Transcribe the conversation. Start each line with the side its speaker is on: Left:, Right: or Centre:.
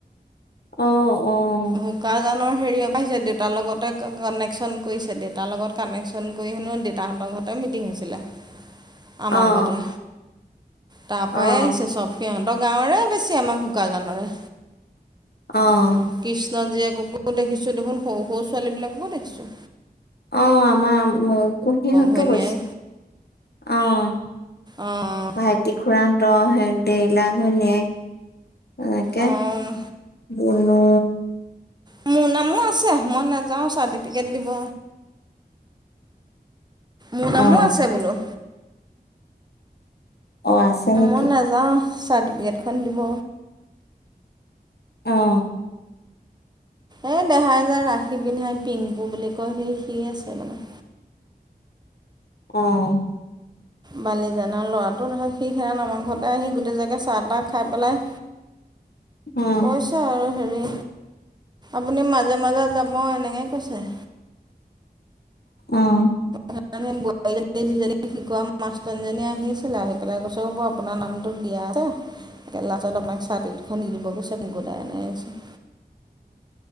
Left: অ'। অ'।
Right: শুকাজান নৰ হেৰিয়ও পৰা আহিছে, দেউতাৰ লগতে কানেকশ্যন কৰিছে। দেউতাৰ লগত কানেকশ্যন কৰি হেনো দেউতাহঁতৰ গতে মিটিং হৈছিলে।
Left: <inaudible> অ',
Right: আমাৰ ঘৰতে। তাৰ পৰাই
Left: অ',
Right: আহিছে চব। সিহঁতৰ গাঁৱৰে বেছি, আমাৰ শুকাজানৰে।
Left: অহ।
Right: উম, কৃষ্ণ জীয়েককো দেখিছো দেখোন। সৰু-সৰু ছোৱালীবিলাককো দেখিছো।
Left: অ', আমাৰ মৌ-কুহিহঁতো
Right: ঘৈণীয়েক
Left: গৈছে। অ'।
Right: অ'
Left: ভাইটি খুৰাহঁতৰ হে দেৰ <unintelligible> ঘৈণীয়েক এনেকে
Right: অ' অ'
Left: বনো
Right: মোৰ নামো আছে। মই নেযাওঁ, চাৰ্টিফিকেট দিব। মোৰ নামো
Left: অ',
Right: আছে বোলো।
Left: অ' আছে নেকি!
Right: মই নাযাওঁ চাৰ্টিফিকেটখন দিব
Left: আহ
Right: এই দেহাই যোৰ ৰাখি পিন্ধাই পিংকু বুলি কয় সি সি আছে মানে
Left: আহ
Right: বালিজানৰ ল'ৰাটো ধৰক সেইখ আমাৰ ঘৰতে আহি গোটেই জেগে চাহ তাহ খাই পেলাই।
Left: অ',
Right: কৈছ আৰু হেৰি আপুনি মাজে মাজে যাব এনেকৈ কৈছে।
Left: অ',
Right: সোৱাৰ যিজনী শিকোৱা মাষ্টৰীজনী আহিছিলে আহি পেলাই গছ ব আপোনাৰ নামটোত দিয়ে। আছে লত আপোনাক পেকেট খন্দদি ন ব চিন ঘৰাাই নাই আহছ